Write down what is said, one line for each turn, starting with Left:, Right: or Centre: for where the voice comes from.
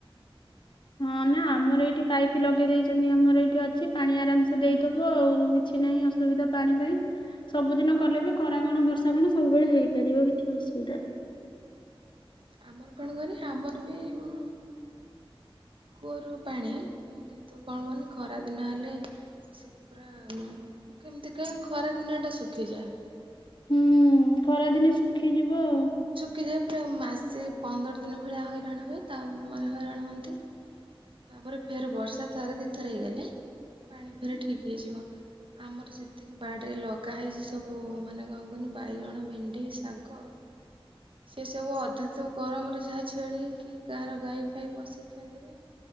Left: ହଁ ନା ଆମର ଏଇଠି ପାଇପ ଲଗେଇ ଦେଇେଇଛନ୍ତି ଆମର ଏଇଠି ଅଛି ପାଣି ଆରାମସେ ଦେଇଦୋବୁ ଆଉ କିଛି ନାହିଁ ଅସୁବିଧା ପାଣି ପାଇଁ ସବୁଦିନ କଲେ ବି ଖରା କଣ ବର୍ଷା କଣ ସବୁବେଳେ ହେଇପାରିବ କିଛି ଅସୁବିଧା ନାହିଁ।
Right: ଆମର କଣ କରେ ଆମର ବି ମ କୂଅରୁ ପାଣି। କିନ୍ତୁ କଣ କୁହନ୍ତି ଖରା ଦିନ ହେଲେ ସେ ପୁରା ହୁଁ କେମିତି କାଇଁ ଖରା ଦିନ ଏଟା ଶୁଖିଯାଏ।
Left: ହୁଁ। ଖରାଦିନେ ଶୁଖିଯିବ ଆଉ।
Right: କି ଯାଏ ପୁରା ମାସେ ପନ୍ଦର ଦିନ ଭଳିଆ ହଇରାଣ ହୁଏ ତା ମାନେ ହଇରାଣ ହୁଅନ୍ତି। କି ତାପରେ ଫେର ବର୍ଷା ଥରେ ଦିଇଥର ହେଇଗଲେ। ପାଣି ଫେରେ ଠିକ୍‌ ହେଇଯିବ। ଆମର ଯେତିକି ବାଡ଼ିରେ ଲଗା ହେଇଛି ସବୁ ମାନେ କଣ କୁହନି ବାଇଗଣ ଭେଣ୍ଡି ଶାଗ ସେ ସବୁ ଅଧା ତ ଗରମରେ ଯାହା ଛେଳିକି ଗାହାର ଗାଈ ଫାଇ ପସିକି ଖାଇଦେବେ।